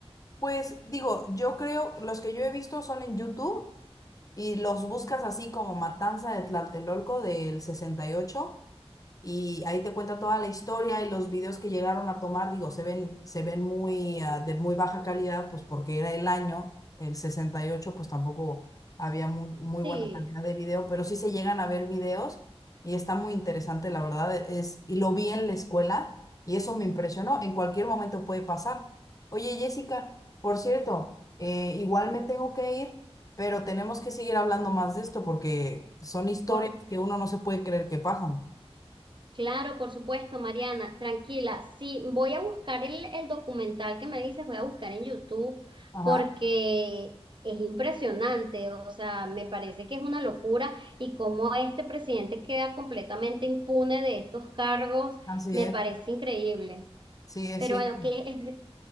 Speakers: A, on the left; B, on the right.
A: Pues digo, yo creo, los que yo he visto son en YouTube y los buscas así como Matanza de Tlatelolco del 68 y ahí te cuenta toda la historia y los videos que llegaron a tomar, digo, se ven, se ven muy, ah, de muy baja calidad, pues porque era el año, el 68 pues tampoco había muy, muy
B: Sí,
A: buena calidad de video, pero sí se llegan a ver videos y está muy interesante, la verdad, e, es, y lo vi en la escuela y eso me impresionó, en cualquier momento puede pasar. Oye, Jessica, por cierto, eh, igual me tengo que ir, pero tenemos que seguir hablando más de esto porque son historias
B: por,
A: que uno no se puede creer que pasan.
B: Claro, por supuesto, Mariana, tranquila. Sí, voy a buscar el, el documental que me dices, voy a buscar en YouTube
A: Ajá.
B: porque es impresionante, o sea, me parece que es una locura y cómo este presidente queda completamente impune de estos cargos,
A: Así
B: me
A: es,
B: parece increíble.
A: sí, es
B: Pero
A: cierto.
B: bueno, que es-